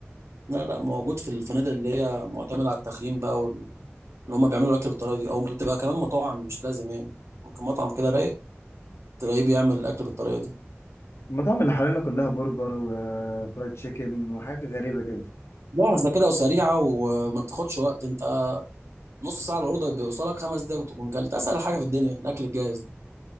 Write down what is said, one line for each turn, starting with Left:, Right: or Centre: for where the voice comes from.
Right: لا لا موجود في الفنادق اللي هي معتمده على التخييم بقى وال- اللي هم بيعملوا الاكل بالطريقه دي او بتبقى كمان مطاعم مش لازم يعني ممكن مطعم كده رايق تلاقيه بيعمل الاكل بالطريقه دي
Left: المطاعم اللي حوالينا كلها برجر وفرايد تشيكن وحاجة غريبة كده
Right: لا ده كده وسريعه وما بتاخدش وقت انت نص ساعه الاوردر بيوصلك خمس دقايق تكون كلت اسهل حاجه في الدنيا الاكل الجاهز ده